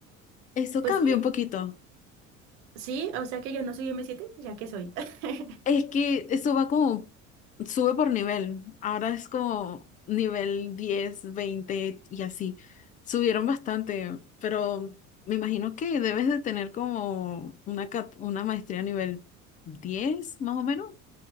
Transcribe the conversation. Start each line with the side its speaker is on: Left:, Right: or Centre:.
Left: Eso
Right: Pues
Left: cambia
Right: sí,
Left: un poquito.
Right: sí, o sea que ya no soy m siete ya que soy. <laughs>
Left: Es que eso va como, sube por nivel. Ahora es como nivel 10 20 y así. Subieron bastante, pero me imagino que debes de tener como una, cat- una maestría nivel diez más o menos.